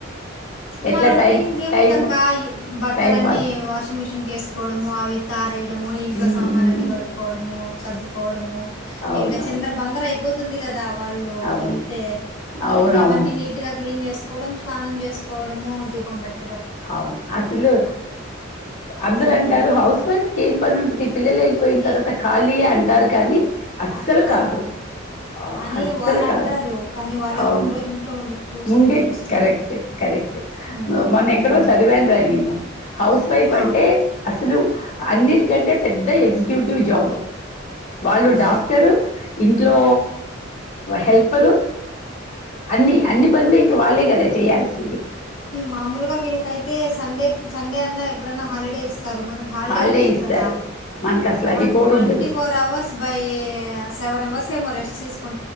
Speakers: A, on the left; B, on the left.
A: ఎట్లా
B: మా రొటీన్
A: టైం
B: ఏముందక్క
A: టైం
B: ఈ బట్టలన్నీ
A: టైం పాస్
B: వాషింగ్ మిషిన్ వేసుకోవడము అవి తారేయడము, ఇంట్లో
A: మ్మ్,
B: సామాన్లు
A: మ్మ్.
B: అన్ని గడుక్కోవడము సర్దుకోవడము
A: అవునవును
B: ఇంకా చిందర బందర అయిపోతే తుంది కదా వాళ్ళు
A: అవును
B: వెళ్తే
A: అవునవును
B: ఇంకా అవన్నీ నీట్ గా చేసుకోవడం స్నానం చేసుకోవడము దీపం బట్టి
A: అవును అసలు అందరు
B: హ్మ్.
A: అంటారు హౌస్ వైఫ్ క ఏం పని ఉంటది పిల్లలు అయిపోయిన తర్వాత
B: ఏ
A: ఖాళీయ అంటారు కానీ అస్సలు
B: అ అన్
A: కాదు ఆ
B: అని
A: హస్సలు
B: వాళ్ళంటారు.
A: కాదు
B: కానీ వాళ్ళకి
A: అవును
B: ఒకరోజు ఇంట్లో ఉండి చూస్తే
A: ముండేది
B: తెలుస్తుంది.
A: కరెక్ట్ కర
B: హ్మ్.
A: మొన్న
B: హ్మ్.
A: ఎక్కడో చదివాను రా నేను హౌస్ వైఫ్
B: ఆ!
A: అంటే అసలు అన్నిటికంటే పెద్ద ఎగ్జిక్యూటివ్ జాబ్ వాళ్ళు
B: అవును.
A: డాక్టరు ఇంట్లో హెల్పరు అన్ని అన్ని పనులు ఇంకా వాళ్ళే కదా చేయల్సి
B: మామూలుగా వీళ్ళకైతే సండే సండే అన్నా ఎప్పుడన్నా హాలిడేస్ మ హిడే
A: హాలిడే ఇస్తారు
B: కదా
A: మనకు అసలు అది
B: మ
A: కూడా
B: ట్
A: ఉండదు
B: ఫో అవర్ బ సెవెన్వర్స్ ఏమో రెస్ట్ చేసు